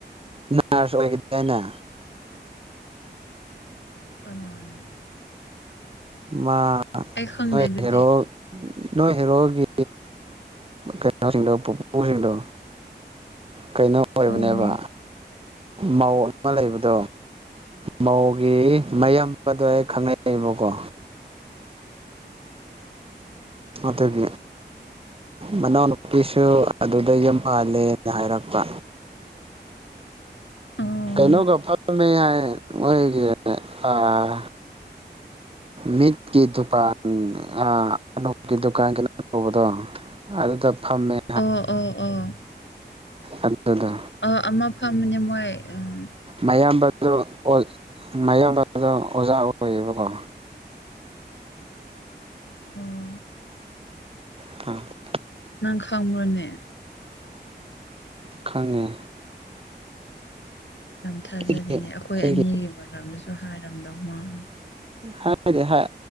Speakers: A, on the right; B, on the left.
A: ꯅꯥꯛꯑꯁꯨ ꯑꯣꯏꯈꯤꯗꯦꯅꯦ
B: ꯀꯅꯥꯅꯣ꯫
A: ꯃꯥ
B: ꯑꯩ ꯈꯪꯗꯦ
A: ꯅꯣꯢ
B: ꯑꯗꯨꯗꯤ
A: ꯍꯦꯔꯣ ꯅꯣꯏ ꯍꯦꯔꯣꯒꯤ ꯀꯩꯅꯣ ꯁꯤꯡꯗꯣ ꯄꯨꯄꯨ ꯍꯤꯡꯗꯣ ꯀꯩꯅꯣ ꯑꯣꯏꯕꯅꯦꯕ
B: ꯑꯣ
A: ꯃꯧ ꯑ ꯃ ꯂꯩꯕꯗꯣ ꯃꯧꯒꯤ ꯃꯌꯥꯝ ꯕꯗꯣ ꯑꯩ ꯈꯪꯅꯩꯌꯦꯕꯀꯣ ꯑꯗꯨꯒꯤ ꯃꯅꯥꯎꯅꯨꯄꯤ ꯁꯨ ꯑꯗꯨꯗ ꯌꯨꯝ ꯄꯜꯂꯦꯅ ꯍꯥꯏꯔꯛꯄ
B: ꯑꯣ
A: ꯀꯩꯅꯣꯒ ꯐꯝ ꯃꯦ ꯍꯥꯏꯌꯦ ꯃꯣꯏꯒꯤ ꯑꯥ ꯃꯤꯠꯀꯤ ꯗꯨꯄꯥꯟ ꯑ ꯑꯅꯣꯞꯀꯤ ꯗꯨꯀꯥꯟ ꯀꯩꯅꯣ ꯇꯧꯕꯗꯣ ꯑꯗꯨꯗ ꯐꯝꯃꯦ
B: ꯑꯣ ꯑꯣ ꯑꯣ
A: ꯑꯗꯨ ꯗꯣ
B: ꯑꯣ ꯑꯃ ꯐꯝꯃꯅꯦ ꯃꯣꯏ ꯑꯪ
A: ꯃꯌꯥꯝꯕ ꯗꯨ ꯑꯦꯠ ꯃꯌꯥꯝꯕ ꯗꯣ ꯑꯣꯖꯥ ꯑꯣꯏꯌꯦꯕꯀꯣ
B: ꯑꯣ
A: ꯐ
B: ꯅꯪ ꯈꯪꯕ꯭ꯔꯣꯅꯦ
A: ꯈꯪꯉꯦ
B: ꯌꯥꯝ ꯊꯥꯖꯗꯦꯅꯦ
A: ꯑꯩꯒꯤ
B: ꯑꯩꯈꯣꯏ
A: ꯑꯩꯒꯤ
B: ꯑꯅꯤꯒꯤ ꯃꯔꯝꯗꯁꯨ ꯍꯥꯏꯔꯝꯗꯧ ꯃꯥꯜ__
A: ꯍꯥꯏ ꯗꯦ ꯍꯥꯏ